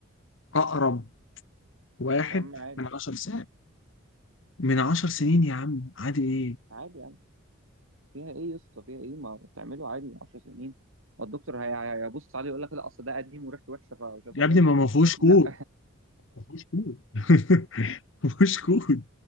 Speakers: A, on the left; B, on the right.
A: اقرب واحد
B: يا عم عادي
A: من 10 سنين من 10 سنين يا عم عادي ايه
B: عادي فيها ايه يا اسطى فيها ايه ما تعمله عادي 10 سنين الدكتور هي- هيبص عليه يقول لك لا اصل ده قديم وريحته وحشه فمش هسلمه
A: يا ابني ما ما
B: <laughs>
A: فيهوش
B: أكيد
A: كود
B: لا
A: ما فيهوش كود <laughs> ما فيهوش كود